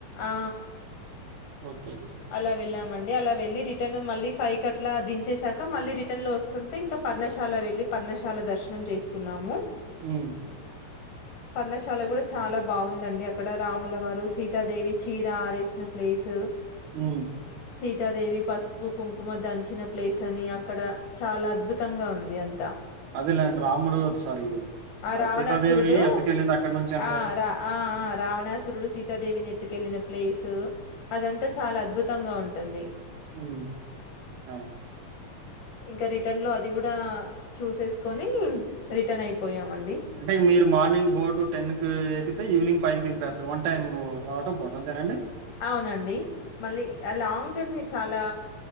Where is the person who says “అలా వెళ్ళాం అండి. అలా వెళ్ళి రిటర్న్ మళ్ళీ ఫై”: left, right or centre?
Left